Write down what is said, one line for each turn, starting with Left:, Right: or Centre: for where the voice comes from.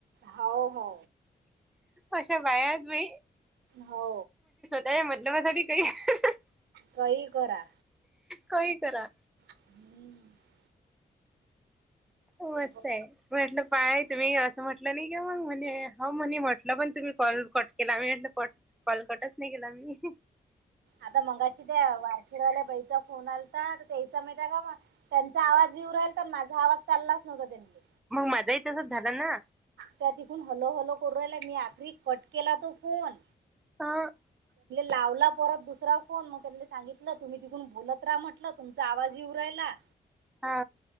Right: हो हो.
Centre: अशा बायात बाई,
Right: हो,
Centre: त्या या मतलबासाठी काही. <unintelligible>
Right: कही करा,
Centre: काही करा.
Right: हम्म नाही
Centre: मस्त
Right: बघ
Centre: आहे म्हटलं पाहा, तुम्ही असं म्हटलं नाही क मग, म्हणे ह म्हणे म्हटलं पण तुम्ही कॉल कॉट केला आम्ही म्हटलं कॉट कॉल. कटच नाही गेला मी.
Right: आता मगाशी द वारखेडवाल्या बाईचा. फोन आलता त्याचा माहिय का म त्यांचा, आवाज जीव राहील तर माझा आवाज चाललाच नव्हता त्यांनी.
Centre: मग माझाही तसच झाला ना.
Right: त्या हलो हलो करू राहिला मी आखरी कट केला तो फोन.
Centre: हं.
Right: लाव परत दुसरा फोन मग त्या सांगितलं तुम्ही, तिकून बोलत राहा म्हटलं तुमचा आजही उवरायला.
Centre: हा.